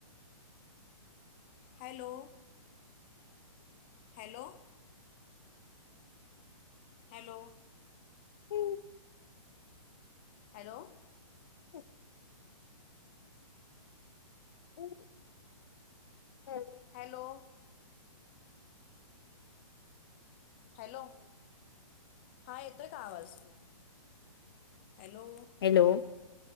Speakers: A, on the left; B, on the left.
A: Hello. Hello. Hello.
B: हूं.
A: हॅलो.
B: ह. <unintelligible>
A: हॅलो. हॅलो. हा- येत तय का आवाज? हॅलो.
B: हॅलो